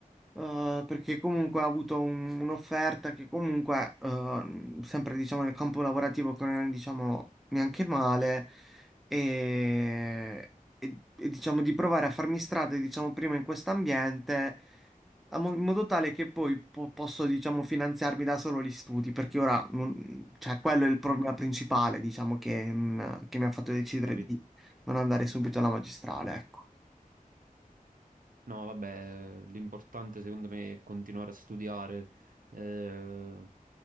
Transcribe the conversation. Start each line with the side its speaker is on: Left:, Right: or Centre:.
Centre: eh, perché comunque ha avuto un- un'offerta che comunque, eh, sempre diciamo nel campo lavorativo, che non è diciamo neanche male, e, e- e, diciamo di provare a farmi strada, diciamo prima in quest'ambiente, a mo- in modo tale che poi po- posso diciamo finanziarmi da solo gli studi, perché ora, non- cioè, quello è il problema
Right: Mm,
Centre: principale, diciamo, che, mm, che mi ha fatto decidere
Right: capito?
Centre: di non andare subito alla magistrale, ecco.
Right: No, vabbè, l'importante secondo me è continuare a studiare eh,